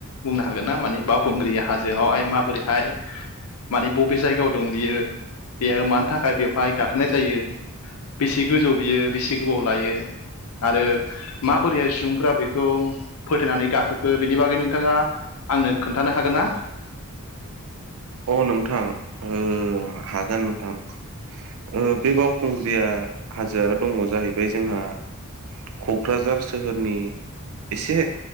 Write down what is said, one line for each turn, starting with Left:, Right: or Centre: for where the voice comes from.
Left: बुंनो हागोन ना माने बावखुंग्रि हाजोआवहाय माबोरैहाय मानि बबे जायगायाव दं बियो बेयो मानि थाखाय बेवहाय गाखोनाय जायो बेसे गोजौ बियो बेसे गोबाव लायो आरो माबोरैहाय सुबुंफ्रा बेखौ फोथेनानै गाखोखो बेनि बागै नोंथांङा आंनो खोन्थानो हागोन ना?
Right: अ नोंथां ओ हागोन नोंथां। ओ बे बावखुंग्रिया हाजोआ दंङ जाहैबाय जोंहा क'क्राझार सोहोरनि एसे